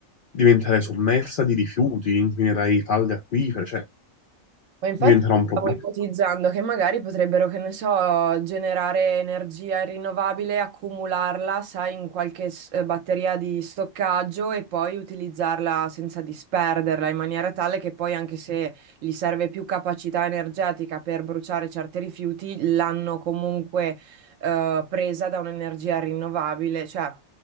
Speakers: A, on the left; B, on the right.
A: diventerai sommersa di rifiuti, inquinerai falde acquifere, cioè
B: Ma infatti
A: diventerà un
B: stavo
A: problema.
B: ipotizzando che magari potrebbero, che ne so, generare energia rinnovabile, accumularla, sai, in qualche s- eh, batteria di stoccaggio e poi utilizzarla senza disperderla, in maniera tale che poi anche se gli serve più capacità energetica per bruciare certi rifiuti, l'hanno comunque eh, presa da un'energia rinnovabile, cioè